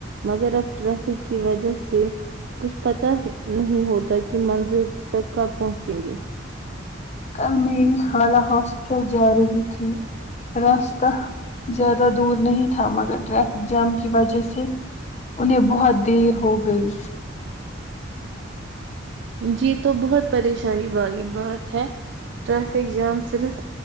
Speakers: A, on the right (about 65°); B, on the left (about 35°).
A: مگر اب ٹریفک کی وجہ سے کچھ پت نہیں ہوتا کہ منزل تک کب پہنچیں گے
B: کل میری خالہ ہاسپٹل جا رہی تھی راستہ زیادہ دور نہیں تھا مگر ٹریفک جام کی وجہ سے انہیں بہت دیر ہو گئی
A: یہ تو بہت پریشانی والی بات ہے ٹریافک جام صرف